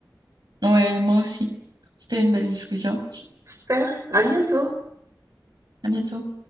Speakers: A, on the right; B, on the right.
A: Ouais, moi aussi. C'était une belle discussion.
B: Super, à bientôt.
A: À bientôt.